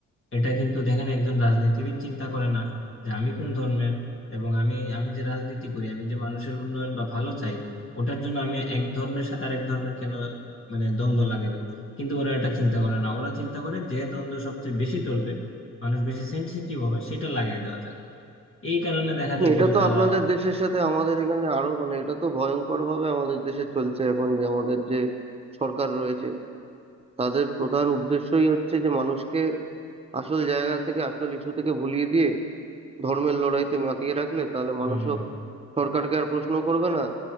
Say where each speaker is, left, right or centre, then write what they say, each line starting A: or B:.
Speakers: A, on the left; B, on the right.
A: এটা কিন্তু দেখেন একজন রাজনীতিবিদ চিন্তা করে না যে আমি কোন ধর্মের এবং আমি আমি যে রাজনীতি করি আমি যে মানুষের উন্নয়ন বা ভালো চাই ওটার জন্য আমি এক ধর্মের সাথে আরেক ধর্মের কেন মানে দ্বন্দ্ব লাগাই দেবো কিন্তু ওরা এটা চিন্তা করে না ওরা চিন্তা করে যে দ্বন্দ্ব সবচেয়ে বেশি চলবে মানুষ বেশি সেনসিটিভ হবে সেটা লাগাই দেওয়া যাক এই কারণে দেখা যায়
B: এটা
A: পরে
B: তো
A: তারা
B: আপনাদের দেশের সাথে আমাদের এখানে আরো মানে এটা তো ভয়ঙ্কর ভাবে আমাদের দেশে চলছে এখন যে আমাদের যে সরকার রয়েছে তাদের প্রধান উদ্দেশ্যই হচ্ছে যে মানুষকে আসল জায়গা থেকে আসল ইস্যু থেকে ভুলিয়ে দিয়ে ধর্মের লড়াইতে মাতিয়ে রাখলে তাহলে
A: উম
B: মানুষও সরকারকে আর প্রশ্ন করবে না